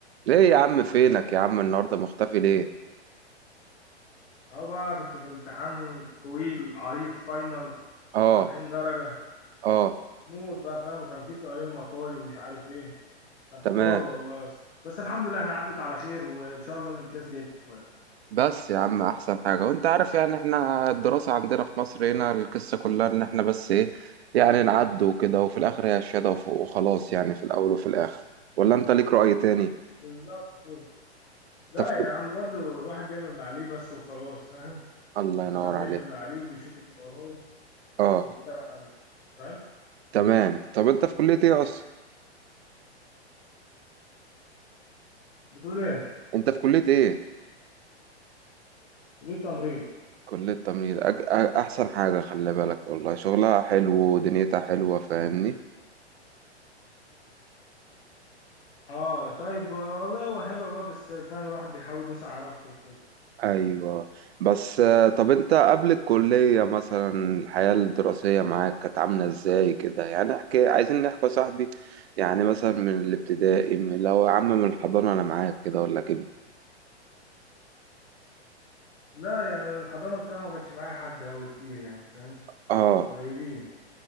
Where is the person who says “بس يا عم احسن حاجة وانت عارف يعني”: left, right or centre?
Right